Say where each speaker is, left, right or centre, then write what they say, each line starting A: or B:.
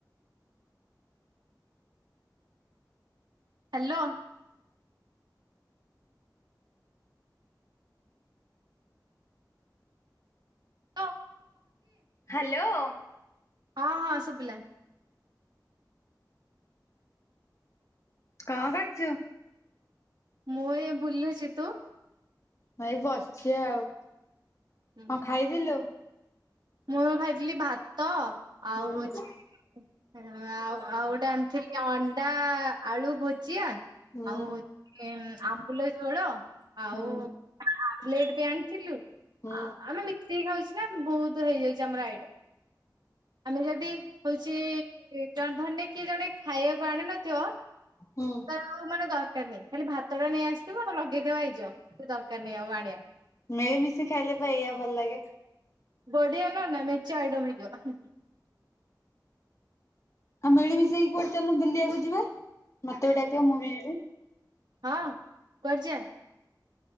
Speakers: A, on the right; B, on the left.
A: Hello. ହଁ
B: hello.
A: ହଁ ହଁ ଶୁବିଲା।
B: କଁ କରୁଚୁ?
A: ମୁଁ ଏ ବୁଲୁଚି, ତୁ?
B: ମାଇ ବସିଳଚି ଆଉ।
A: ହୁଁ
B: କଣ
A: ହୁଁ
B: ଖାଇଥିଲୁ?
A: ମୁଁ ଖାଇଥିଲି ଭାତ ଆଉ
B: ହୁଁ।
A: ହଉଛି ଆଉ ଆଉ ଗୋଟେ ଆଣିଥିଲି ଅଣ୍ଡା ଆଳୁ ଭୁଜିଆ
B: ହୁଁ
A: ଆଉ ଟିକିଏ ଆମ୍ବୁଲ ଝୋଳ ଆଉ
B: ହୁଁ
A: ଆମ୍ଲେଟ୍ ବି ଆଣିଥିଲୁ
B: ହୁଁ
A: ଆମେ ମିଶେଇି ଖାଉଛ ନା ବହୁତ ହେଇଯାଉଛି ଆମର ଆଇଟମ୍ ଆମେ ଯଦି ହଉଛି ଜଣେ ଧନେ କିଏ ଜଣେ ଖାଇବାକୁ ଆଣିିନଥିବ
B: ହୁଁ।
A: ଆଉ ମାନେ ଦରକାର ନାହିଁ ଖାଲି ଭାତ ଟା ନେଇ ଆସିଥିବ ଆ ଲଗେଇଥବା ହେଇଯ କି ଦରକାର ନାହିଁ ଆଉ ଆଣିବା
B: ମିଳିମିଶି ଖାଇଲେ ପାଇଁ ଏଇଆ ଭଲ ଲାଗେ।
A: ବଡିଆ ନା ନାହିଁ ମେଚ ଆଇଟମ୍ ହେଈଯିବ
B: ଆଉ ମିଳି ମିିଶେଇକି କୁ ଚାଲିଲୁ ବୁଲିବାକୁ ଯିବା ମତେ ବି ଡାକିବ ମୁଁ ବି ଯିବି
A: ହଁ କୁଆଡେ ଯିବା